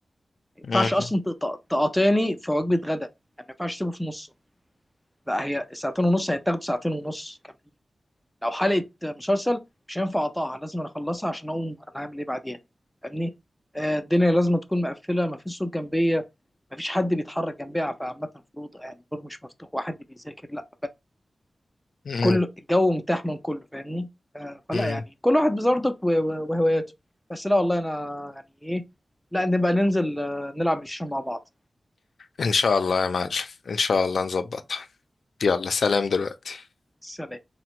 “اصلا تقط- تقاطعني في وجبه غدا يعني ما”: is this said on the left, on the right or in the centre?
Centre